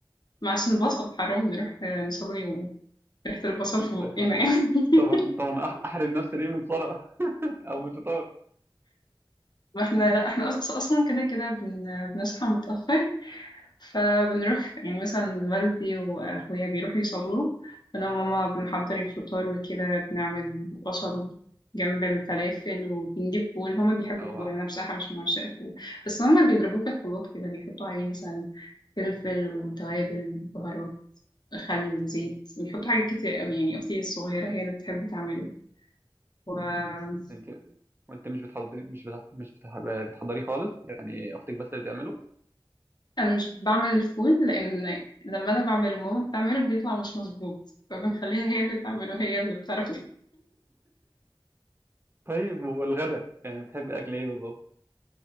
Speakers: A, on the left; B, on the right.
A: معسل البصل حرام نروح نصلي وريحة البصل في بقنا
B: طيب
A: يعني
B: طبعا
A: <laughs>
B: طبعا أح- احرم نفسي ليه من الصلاة <laughs> او من الفطار
A: ما احنا لا احنا أص- أصلا كده كده بن... بنصحى متأخر فبنروح يعني مثلا والدي وأخويا بيروحوا يصلوا أنا وماما بنحضر الفطار وكده بنعمل بصل جنب الفلافل وبنجيب فول هما بيحبوا
B: او
A: الفول أنا بصراحة مش من عشاق الفول بس هما بيضربوه في الخلاط كده بيحطوا عليه مثلا فلفل وتوابل بهارات خل زيت بيحطوا حاجات كتير قوي يعني أختي الصغيرة هي اللي بتحب تعمله وأنا
B: انت وانت مش بتحضري مش بتح- مش بتح- بتحضريه خالص يعني اختك بس اللي بتعمله
A: مش بعمل الفول لأن لما أنا بعمله ماما بتعمله بيطلع مش مظبوط فبنخليها هي اللي تعمله هي اللي بتعرف
B: طيب والغدا يعني بتحبي اكل ايه بالظبط